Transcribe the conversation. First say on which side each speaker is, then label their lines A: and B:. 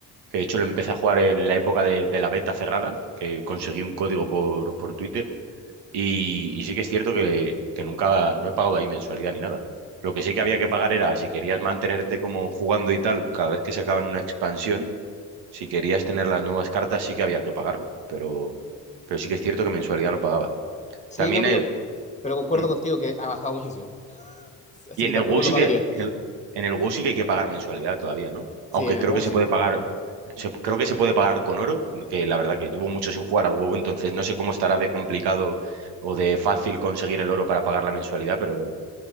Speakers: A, on the right (about 85°); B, on the left (about 15°).
A: que de hecho lo empecé a jugar en la época de, de la beta cerrada, que conseguí un código por, por Twitter, y, y sí que es cierto que, que nunca, no he pagado ahí mensualidad ni nada. Lo que sí que había que pagar era, si querías mantenerte como jugando y tal, cada vez que sacaban una expansión, si querías tener las nuevas cartas, sí que había que pagarlo, pero, pero sí que es cierto que mensualidad no pagaba.
B: Sí,
A: También,
B: no, pero,
A: eh,
B: pero concuerdo
A: mm,
B: contigo que ha bajado muchísimo, así
A: y
B: que
A: en
B: tampoco
A: el WoW
B: lo
A: sí
B: pagaría.
A: que, el- en el WoW sí que hay que pagar mensualidad todavía, ¿no? Aunque
B: Sí, en el
A: creo
B: WoW
A: que
B: sí.
A: se puede pagar, se- creo que se puede pagar con oro, que la verdad que llevo mucho sin jugar al huevo, entonces no sé cómo estará de complicado o de fácil conseguir el oro para pagar la mensualidad, pero